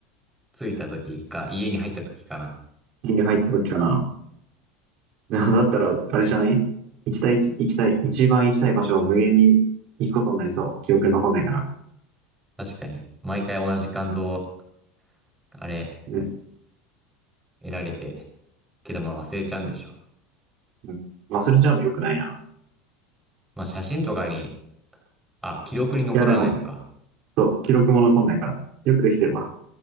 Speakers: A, in the centre; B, on the right.
A: 着いた時か、家に入った時かな。
B: 家に入った時かな。<laughs> なだったら、あれじゃない行きたい、行きたい、一番行きたい場所を無限に行くことになりそう。記憶に残んないから。
A: 確かに。毎回同じ感動、あれ、
B: ね。
A: 得られて。けどまあ忘れちゃうんでしょ。
B: うん。忘れちゃうの良くないな。
A: まあ写真とかに、あ、記録に残らないのか。
B: いや、でも、そう、記録も残んないから。よくできてるわ。